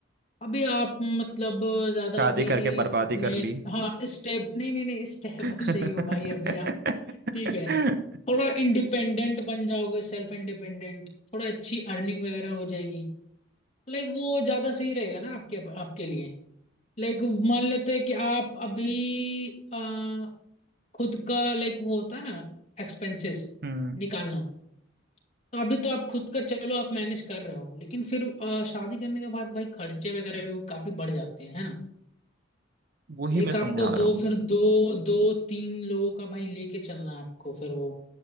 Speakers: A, on the left (about 35°); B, on the right (about 50°).
A: अभी आप मतलब ज्यादा
B: शादी
A: भी
B: करके बर्बादी
A: अपने
B: कर ली
A: हाँ स्टेब नहीं नहीं नहीं स्टेबल
B: <laughs>
A: <laughs> नहीं हो भाई अभी आप ठीक है थोड़ा इंडिपेंडेंट बन जाओगे सेल्फ इंडिपेंडेंट थोड़ा अच्छी अर्निंग वगैरह हो जाएगी लाइक वो ज्यादा सही रहेगा ना आपके आपके लिए लाइक मान लेते हैं कि आप अभी अ, खुद का लाइक वो होता है ना एक्सपेंसेस
B: हम्म
A: निकालना तो अभी तो आप खुद का चलो आप मैनेज कर रहे हो लेकिन फिर अ, शादी करने के बाद भाई खर्चे वगैरह भी काफी बढ़ जाते हैं है ना
B: वही
A: लाइक
B: मैं समझा
A: आपको दो
B: रहा हूँ
A: फिर दो दो तीन लोगों का भाई लेके चलना है आपको फिर वो